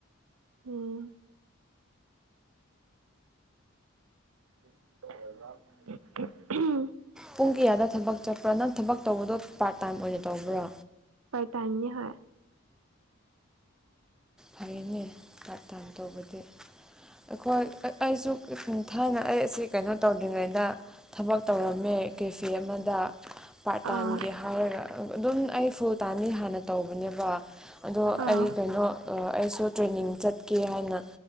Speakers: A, on the right; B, in the centre.
A: ꯎꯝ <unintelligible>
B: ꯄꯨꯡ ꯀꯌꯥꯗ ꯊꯕꯛ ꯆꯠꯄ꯭ꯔꯣ ꯅꯪ ꯊꯕꯛ ꯇꯧꯕꯗꯣ ꯄꯥꯔꯠ ꯇꯥꯏꯝ ꯑꯣꯏꯅ ꯇꯧꯕ꯭ꯔꯣ
A: ꯄꯥꯔꯠ ꯇꯥꯏꯝꯅꯤ ꯍꯣꯏ
B: ꯑꯣ ꯐꯩꯅꯦ ꯄꯥꯔꯠ ꯇꯥꯏꯝ ꯇꯧꯕꯗꯤ ꯑꯩꯈꯣꯏ ꯑ ꯑꯩꯁꯨ ꯊꯥꯏꯅ ꯑꯩ ꯑꯁꯤ ꯀꯩꯅꯣ ꯇꯧꯗ꯭ꯔꯤꯉꯩꯗ ꯊꯕꯛ ꯇꯧꯔꯝꯃꯦ ꯀꯦꯐꯦ ꯑꯃꯗ ꯄꯥꯔꯠ ꯇꯥꯏꯝꯒꯤ
A: ꯑꯥ
B: ꯍꯥꯏꯔꯒ ꯑꯗꯨꯝ ꯑꯩ ꯐꯨꯜ ꯇꯥꯏꯝꯗꯤ ꯍꯥꯟꯅ ꯇꯧꯕꯅꯦꯕ ꯑꯗꯣ
A: ꯑꯥ
B: ꯑꯩ ꯀꯩꯅꯣ ꯑ ꯑꯩꯁꯨ ꯇ꯭ꯔꯦꯅꯤꯡ ꯆꯠꯀꯦ ꯍꯥꯏꯅ